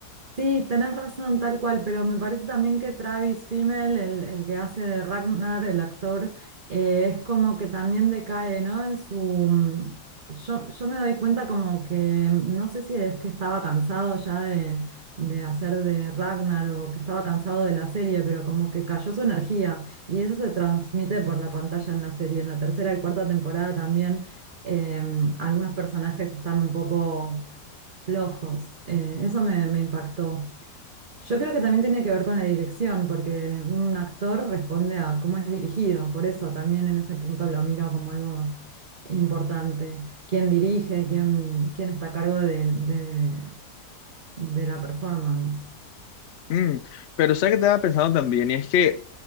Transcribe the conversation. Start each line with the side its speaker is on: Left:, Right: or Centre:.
Right: Sí, tenés razón, tal cual, pero me parece también que Travis Fimmel, el, el que hace de Ragnar, el actor, eh, es como que también decae, ¿no? En su... mm, Yo, yo me doy cuenta como que, mm, no sé si es que estaba cansado ya de, de hacer de Ragnar o que estaba cansado de la serie, pero como que cayó su energía y eso se transmite por la pantalla en la serie. En la tercera y cuarta temporada también em, algunos personajes están un poco flojos. Eh, eso me me impactó. Yo creo que también tiene que ver con la dirección, porque un actor responde a cómo es dirigido, por eso también en ese punto lo miro como algo importante. ¿Quién dirige? ¿Quién, quién está a cargo de, de- de la performance?
Left: Mm, pero sabes que estaba pensando también, y es que